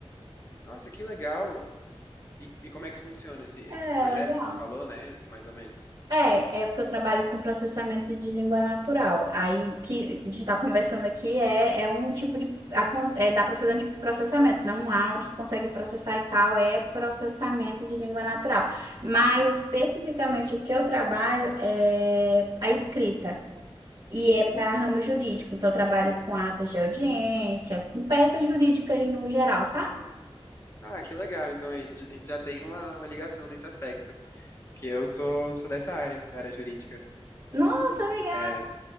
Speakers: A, on the left; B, on the right.
A: Nossa, que legal. E, e como é que funciona esse, esse
B: É,
A: projeto
B: legal.
A: que você falou, né? Assim, mais ou menos.
B: É, é porque eu trabalho com processamento de língua natural. Aí o que a gente está conversando aqui é, é um tipo de. acon- é, dá para fazer um tipo de processamento, não um áudio, tu consegue processar e tal, é processamento de língua natural. Mas especificamente o que eu trabalho é a escrita. E
A: Hum,
B: é para ramo jurídico.
A: que interessante.
B: Então, eu trabalho com atas de audiência, com peças jurídicas no geral, sabe?
A: Ah, que legal. Então a gente a gente já tem uma, uma ligação nesse aspecto, que eu sou, sou dessa área, da área jurídica.
B: Nossa, legal!
A: É,